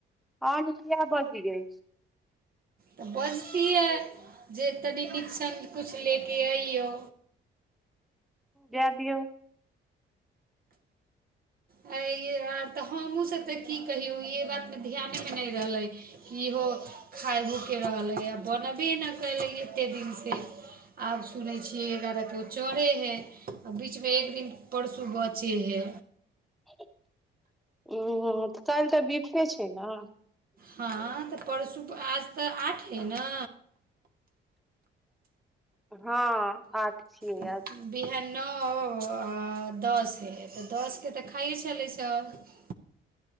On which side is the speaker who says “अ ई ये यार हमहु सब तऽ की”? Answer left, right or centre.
Right